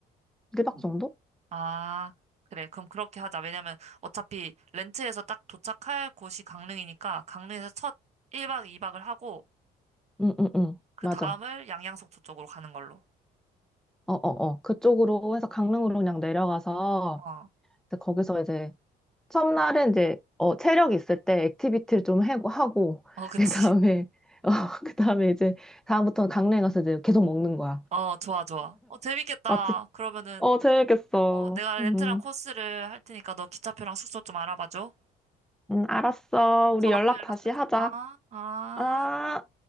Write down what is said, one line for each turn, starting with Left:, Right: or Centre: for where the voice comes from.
Centre: 1박
Right: 음.
Centre: 정도?
Right: 아, 그래. 그럼 그렇게 하자. 왜냐면 어차피 렌트에서 딱 도착할 곳이 강릉이니까 강릉에서 첫 1박 2박을 하고,
Centre: 응, 응, 응.
Right: 그
Centre: 맞아.
Right: 다음을 양양속초 쪽으로 가는 걸로.
Centre: 어, 어, 어. 그쪽으로 해서 강릉으로 그냥 내려가서
Right: 어,
Centre: 이제 거기서 이제 첫날은 이제 어, 체력 있을 때 액티비티를 좀 해고 하고
Right: 어,
Centre: <laughs>
Right: 그치.
Centre: 그다음에
Right: <laughs>
Centre: 어, 그다음에 이제 다음부터는 강릉에 가서 이제 계속 먹는 거야.
Right: 어, 좋아, 좋아. 어, 재밌겠다.
Centre: 맛집.
Right: 그러면은,
Centre: 어, 재밌겠어.
Right: 어, 내가
Centre: 음.
Right: 렌트랑 코스를 할 테니까 너 기차표랑 숙소 좀 알아봐줘.
Centre: 음, 알았어.
Right: 어,
Centre: 우리
Right: 정하고
Centre: 연락
Right: 연락하자.
Centre: 다시 하자.
Right: 아, 아.
Centre: 아.